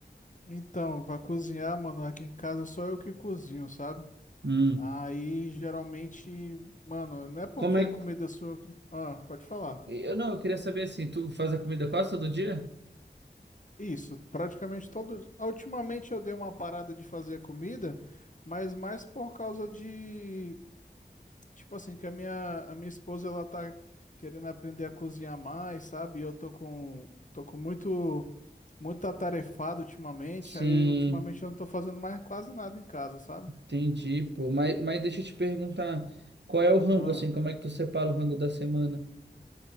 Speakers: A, on the left (about 45°); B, on the right (about 85°).
A: então, pra cozinhar, mano, aqui em casa só eu que cozinho, sabe?
B: Hum.
A: Aí geralmente, mano, não é porque
B: Como é
A: a comida
B: que.
A: sou eu que. Ah, pode falar.
B: Eu não, eu queria saber assim, tu faz a comida quase todo dia?
A: Isso, praticamente todos. Ultimamente eu dei uma parada de fazer comida, mas mais por causa de, tipo assim, que a minha, a minha esposa ela tá querendo aprender a cozinhar mais, sabe? E Eu tô com, tô com muito, muito atarefado ultimamente,
B: Sim,
A: aí ultimamente eu não tô fazendo mais quase nada em casa, sabe?
B: entendi, pô. Mas, mas deixa eu te perguntar, qual é o rango,
A: Ah,
B: assim? Como é que tu separa o rango da semana?